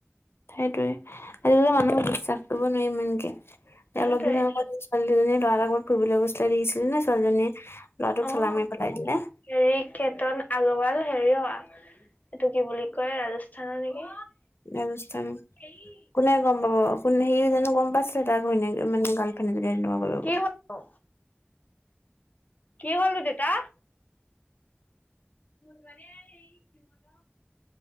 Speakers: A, on the left; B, on the left.
A: সেইটোৱে আজি-কালি মানুহক বিশ্বাস কৰিব নোৱাৰি ইমানকে।
B: সেইটোৱে।
A: অলপ দিনৰ আগত ছোৱালী দুজনীয়ে ল'ৰা এটা লগত ফুৰিবলে গৈছিলে, দেখিছিলিনে? ছোৱালীজনীয়ে ল'ৰাটোক
B: অ'
A: ঠেলা মাৰি পেলাই দিলে।
B: হেৰি কেতন আগ্ৰৱাল হেৰি অ এইটো কি বুলি কয় ৰাজস্থানৰ নেকি?
A: ৰাজস্থান।
B: পেহী
A: কোনে গম পাব? কোনে সি জানো গম পাইছিলে তাৰ ঘৈণীয়েকে মানে গাৰ্লফ্ৰেণ্ডজনিয়ে তেনেকুৱা কৰিব
B: কে
A: বুলি
B: হত অ। কি হ'ল দেতা? <unintelligible>